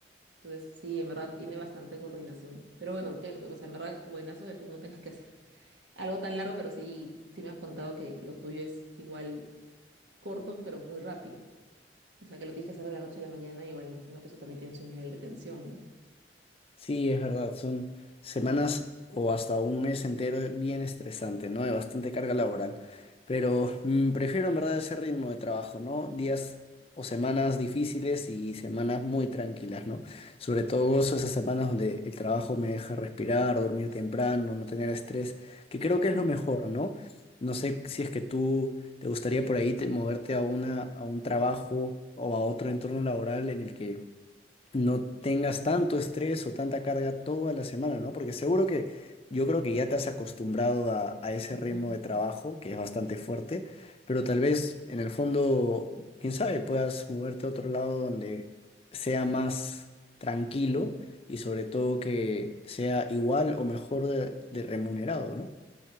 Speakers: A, on the right; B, on the left.
A: entonces, sí, en verdad tiene bastante coordinación. Pero bueno, que, o sea, en verdad, buenazo que tú no tengas que hacer algo tan largo, pero sí, sí me has contado que lo tuyo es igual corto, pero muy rápido. O sea, que lo tienes que hacer de la noche a la mañana, igual me imagino que eso también tiene su nivel de tensión, ¿no?
B: Sí, es verdad, son semanas o hasta un mes entero bien estresante, ¿no? De bastante carga laboral. Pero mm, prefiero en verdad ese ritmo de trabajo, ¿no? Días o semanas difíciles y semanas muy tranquilas, ¿no? Sobre todo gozo esas semanas donde el trabajo me deja respirar, dormir temprano, no tener estrés, que creo que es lo
A: Mm,
B: mejor, ¿no? No sé si es que tú te gustaría por ahí te- moverte a una, a un trabajo o a otro entorno laboral en el que no tengas tanto estrés o tanta carga toda la semana, ¿no? Porque seguro que yo creo que ya te has acostumbrado a, a ese
A: ujú.
B: ritmo de trabajo, que es bastante fuerte, pero tal vez en el fondo, quién sabe, puedas moverte a otro lado donde sea más tranquilo y sobre todo que sea igual o mejor de, de remunerado, ¿no?